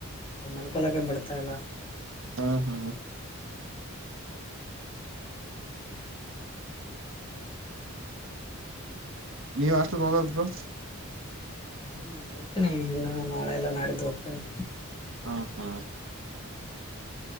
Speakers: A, on the left (about 25°); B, on the right (about 60°).
A: ಮಲ್ಕೊಲಕೆ ಬಿಡ್ತಾ ಇಲ್ಲ.
B: ಹಾ ಹಾ <inaudible> ನೀವ್ ಹಾಸ್ಟೆಲ್ ಹೋಗಬೇಕಾ ಬ್ರೋ, -
A: ಹ್ಮ್ ಹೋಗ್ತೇನಿ ಇನ್ನು ನಾಳೆಲ್ಲಾ ನಾಡಿದ್ದು ಹೋಗ್ತೇನೆ
B: ಹ ಹಾ